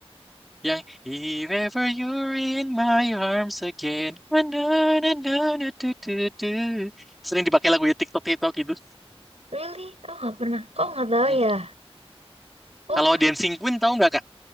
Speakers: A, in the centre; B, on the right.
A: yang If Ever You're in My Arms Again, na na na na na du du du. sering dipakai lagu di TikTok TikTok gitu.
B: Really? Aku nggak pernah. Kok nggak tahu
A: Mm.
B: ya? Oh,
A: Kalau Dancing Queen tahu nggak kak?